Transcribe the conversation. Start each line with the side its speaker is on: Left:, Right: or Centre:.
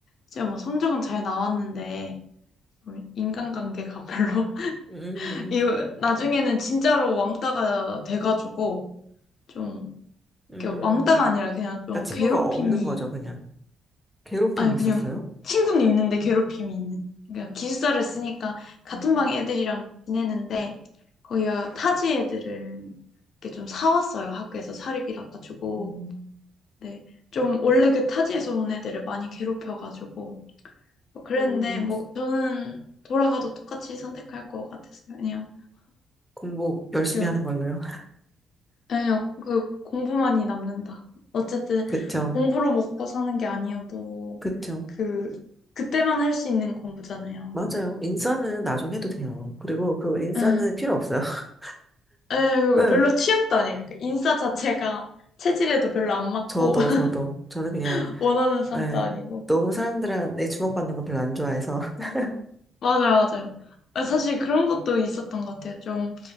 Left: 이제 뭐 성적은 잘 나왔는데, 음, 인간관계가 별로, <laughs>
Centre: 음,
Left: 이 나중에는 진짜로 왕따가 돼가지고, 좀,
Centre: 음.
Left: 이렇게 왕따가 아니라 그냥 좀
Centre: 그러니까 친구가
Left: 괴롭힘이
Centre: 없는 거죠, 그냥. 괴롭힘이
Left: 아니
Centre: 있었어요?
Left: 그냥 친구는 있는데 괴롭힘이 있는. 그러니까 기숙사를 쓰니까 같은
Centre: 음,
Left: 방 애들이랑 지내는데 거기가 타지 애들을 이렇게 좀 사왔어요. 학교에서 사립이라 가지고.
Centre: 음.
Left: 네. 좀 원래 그 타지에서 온 애들을 많이 괴롭혀 가지고 뭐 그랬는데
Centre: 음,
Left: 뭐 저는 돌아가도 똑같이 선택할 것 같았어요. 그냥
Centre: 공부 열심히
Left: 그
Centre: 하는 걸로요. <laughs>
Left: 그냥 그 공부만이 남는다. 어쨌든
Centre: 그쵸,
Left: 공부로 먹고 사는 게 아니어도
Centre: 그쵸.
Left: 그 그때만 할 수 있는 공부잖아요.
Centre: 맞아요. 인싸는 나중에 해도 돼요. 그리고 그 인싸는
Left: 에,
Centre: 필요 없어요. <laughs>
Left: 에, 그거
Centre: 예,
Left: 별로 취향도 아니에요. 그러니까 인싸 자체가 체질에도 별로 안 맞고,
Centre: 저도,
Left: <laughs>
Centre: 저도. 저는 그냥,
Left: 원하는 사람도
Centre: 예,
Left: 아니고.
Centre: 너무 사람들한테 주목받는 거 별로 안 좋아해서. <laughs>
Left: 맞아요, 맞아요. 아, 사실 그런 것도 있었던 것 같아요. 좀